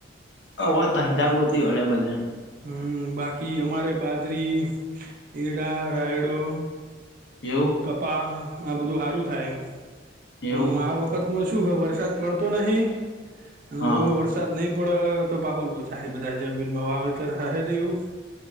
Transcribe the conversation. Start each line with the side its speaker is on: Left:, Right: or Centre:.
Left: ઓ ભલે તંધા ગોતી વડે ભલે.
Right: હમ બાકી અમારે બાજરી એડા રાયડો.
Left: એવું
Right: કપા આ બધું સારું થાય એમ પણ
Left: એવું
Right: આ વખતમાં શું વરસાદ. પડતો નહી અને
Left: હા
Right: જો વરસાદ નહીં પડ તો બાહુલ ચા બધા જમીનમાં વાવે તર હર એવું.